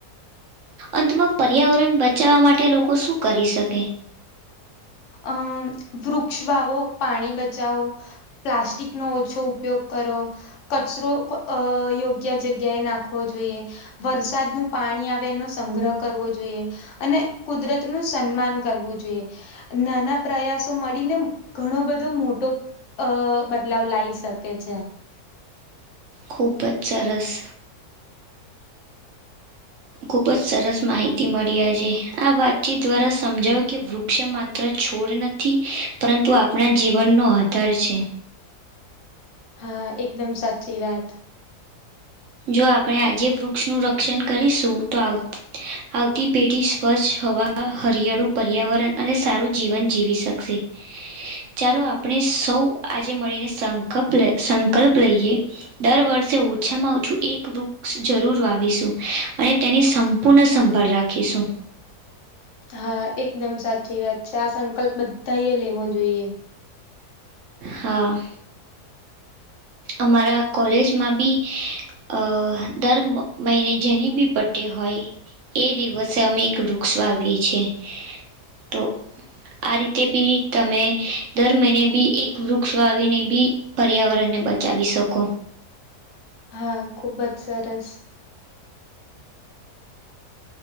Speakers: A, on the right; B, on the left.
A: અંતમાં પર્યાવરણ બચાવવા માટે લોકો શું કરી શકે.
B: અમ વૃક્ષ વાવો પાણી બચાવો- - પ્લાસ્ટિક નો ઓછો ઉપયોગ કરો. કચરો યોગ્ય જગ્યાએ નાખવો જોઈએ. વરસાદનું પાણી આવે એનો સંગ્રહ કરવો જોઈએ. અને કુદરત નું સન્માન કરવું જોઈએ. નાના પ્રયાસો મળીને ઘણો બધો મોટો- - અ બદલાવ લાવી શકે છે.
A: ખૂબ જ સરસ. ખૂબ જ સરસ માહિતી મળી છે આ વાતચીત દ્વારા સમજાવું કે વૃક્ષ મા- - તર છોડ નથી પરંતુ આપણા જીવનનો આધાર છે.
B: હા એકદમ સાચી વાત.
A: જો આપણે આજે વૃક્ષનું રક્ષણ કરીશું તો આવ- - આવતી પેઢી સ્વચ્છ હવા હરિયાળુ પર્યાવરણ અને સારું જીવન જીવી શકશે. ચાલો આપણે સૌ આજે મળીને સંકલ્પ સંકલ્પ લઈએ- - દર વર્ષે ઓછામાં- - હ જો એક વૃક્ષ જરૂર વાવીશું અને તેની સંપૂર્ણ સંભાળ રાખીશું.
B: હા એકદમ સાચી વાત છે આ સંકલ્પ બધા એ લેવો જોઈએ.
A: હા અમારા કોલેજમાં બી- - અ દર મહિને જેની બી બર્થડે હોય- - એ દિવસે અમે એક વૃક્ષ વાવીએ છીએ તો આ રીતે બી તમે દર મહિને બી એક વૃક્ષ વાવીને બી પર્યાવરણને બચાવી શકો
B: હા ખુબજ સરસ